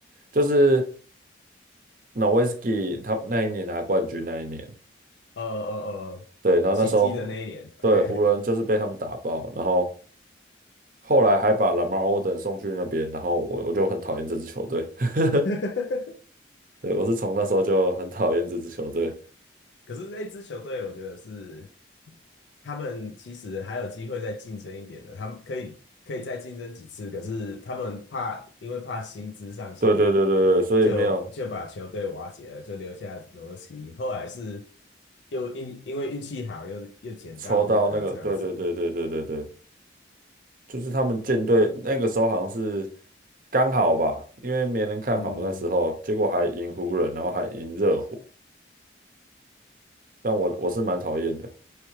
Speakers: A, on the right (about 45°); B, on the left (about 70°).
A: 就是 Nowitzki 他那一年拿冠军那一年，
B: 哦哦哦，
A: 对，然后那时候对湖人就是被他们打爆，
B: 奇迹的那一年，OK，
A: 然后后来还把 Lamar Odom 送去那边，然后我我就很讨厌这支球队，<laughs>
B: <laughs>
A: 对，我是从那时候就很讨厌这支球队，
B: 可是那支球队，我觉得是他们其实还有机会再竞争一点的，他们可以可以再竞争几次，可是他们怕因为怕薪资上限，
A: 对对对对对，所以没有
B: 就就把球队瓦解了，就留下诺维斯基。后来是又因因为运气好，又又捡到卢卡这样子，
A: 抽到那个，对对对对对对对。就是他们舰队那个时候好像是刚好吧，因为没人看好那时候，
B: 嗯，
A: 结果还赢湖人，然后还赢热火，但我我是蛮讨厌的，